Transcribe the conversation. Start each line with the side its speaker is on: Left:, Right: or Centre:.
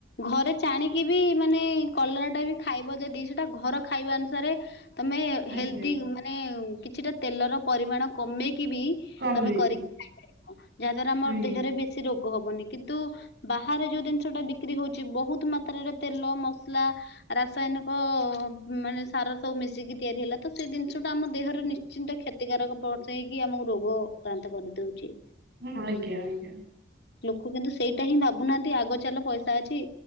Left: ଘରେ ଚାଣିକି ବି ମାନେ କଲରା ଟା ବି ଖାଇବ ଯଦି ସେଟା ଘର ଖାଇବା ଅନୁସାରେ ତୋମେ ହେଲଦି
Right: ଆଜ୍ଞା
Left: ମାନେ କିଛିଟା ତେଲର ପରିମାଣ କମେଇକି ବି
Right: କମେଇକି
Left: ତୋମେ କରିକି ଖାଇପାରିବ, ଯାହା ଦ୍ୱାରା ଆମ
Right: ଆଜ୍ଞା
Left: ଦେହ ରେ ବେ ଶୀ ରୋଗ ହବନି କିନ୍ତୁ ବାହାରେ ଯୋଉ ଜିନିଷ ଟା ବିକ୍ରି ହଉଛି ବହୁତ ମାତ୍ରାରେ ତେଲ ମସଲା ରାସାୟନିକ ମାନେ ସାର ସବୁ ମିଶିକି ତିଆରି ହେଲା ତ ସେଇ ଜିନିଷ ଟା ଆମ ଦେହରେ ନି ନିଶ୍ଚିନ୍ତ କ୍ଷତିକାରକ ପହଞ୍ଚାଇକି ଆମକୁ ରୋଗ କ୍ରାନ୍ତ କରିଦଉଚି।
Right: ହଁ ଆଜ୍ଞା ଆଜ୍ଞା।
Left: ଲୋକ କିନ୍ତୁ ସେଇଟା ହିଁ ଭାବୁନାହାନ୍ତି ଆଗ ଚାଲ ପଇସା ଅଛି।